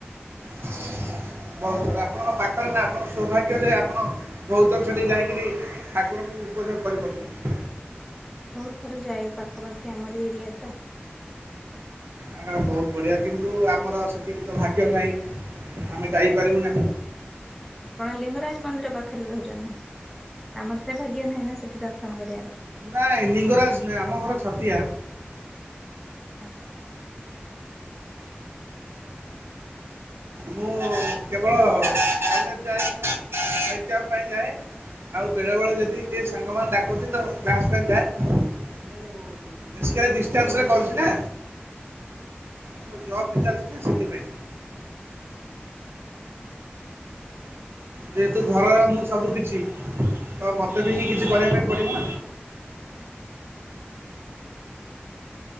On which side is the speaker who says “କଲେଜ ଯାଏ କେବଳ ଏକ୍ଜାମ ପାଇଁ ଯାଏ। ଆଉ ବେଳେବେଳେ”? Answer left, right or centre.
Right